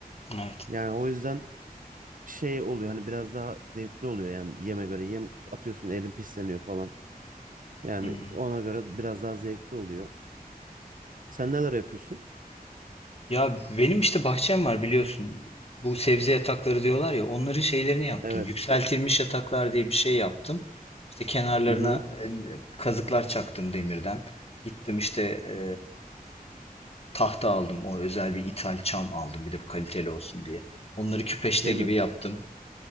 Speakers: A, on the left; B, on the right.
A: evet.
B: Yani o yüzden şey oluyor hani biraz daha zevkli oluyor yani yeme göre yem atıyorsun elin pisleniyor falan. Yani
A: hmm.
B: ona göre biraz daha zevkli oluyor. Sen neler yapıyorsun?
A: Ya benim işte bahçem var biliyorsun. Bu sebze yatakları diyorlar ya onların şeylerini yaptım.
B: Evet.
A: Yükseltilmiş yataklar diye bir şey yaptım. İşte kenarlarına
B: Hı hı.
A: e, kazıklar çaktım demirden. Gittim işte e, Tahta aldım. O özel bir ithal çam aldım. Bir de bu kaliteli olsun diye. Onları küpeşte
B: Şey
A: gibi
B: mi?
A: yaptım.